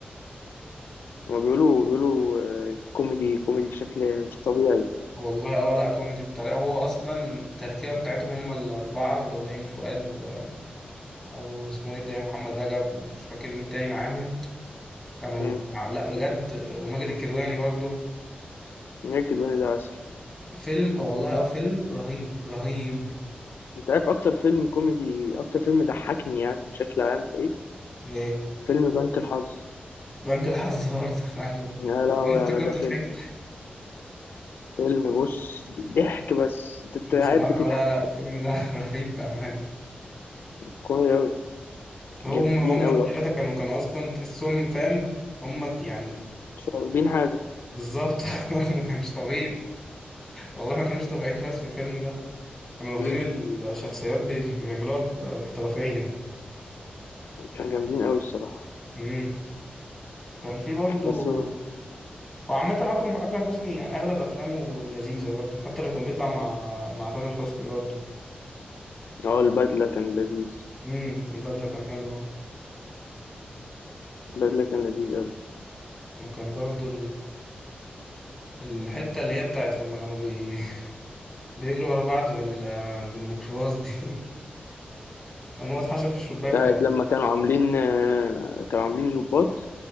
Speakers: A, on the left (about 75°); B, in the centre.
A: هما بيقولوا بيقولوا آه، كوميدي كوميدي بشكل مش طبيعي
B: والله اه لا كوميدي بطريقة هو اصلا التركيبة بتاعتهم هم الاربعة اللي هو بيومي فؤاد و... او اسمه ايه ده يا محمد رجب ومش فاكر مين تاني معاهم كانوا
A: مم.
B: كانوا عا- لا بجد وماجد الكدواني برضه
A: نيكد وين ده عسل
B: فيلم اه والله اه فيلم رهيب رهيب
A: انت عارف اكتر فيلم كوميدي اكتر فيلم ضحكني يعني بشكل عام ايه
B: ايه
A: فيلم بنك الحظ
B: بنك الحظ برضه <laughs> ايوه
A: يا لهوي
B: أنا افتكرته
A: على ده فيلم
B: ضحكت
A: فيلم بص ضحك بس انت أنت قاعد
B: بصراحة
A: بتضحك
B: لا لا الفيلم ده <laughs> رهيب بأمانة
A: كوميدي اوي
B: هم
A: جامدين
B: هم
A: اوي
B: التلاتة
A: اصلا
B: كانوا كانوا أصلا تحسهم فاهم هم ت- يعني
A: مش فاهمين حاجة
B: بالظبط <laughs> ما كانش طبيعي والله ما كانوش طبيعيين خالص في الفيلم ده كانوا واخدين
A: مم.
B: الشخصيات بي- بيعملوها ب- باحترافية
A: كانوا جامدين اوي الصراحة
B: امم كان في برضه
A: بس هو
B: وعامة أكرم أكرم حسني يعني أغلب أفلامه لذيذة برضه حتى لما كان بيطلع مع مع تامر حسني برضه
A: اه البدلة كان لذيذ
B: امم البدلة كان حلوه
A: البدلة كان لذيذ أوي
B: وكان برضه الحتة اللي هي بتاعت لما كانوا بي... <laughs> بيجروا ورا بعض بال... بالميكروباص دي <laughs> لما هو اتحشى في الشباك
A: بتاعت
B: تقريبا
A: لما كانوا عاملين آه، كانوا عاملين ظباط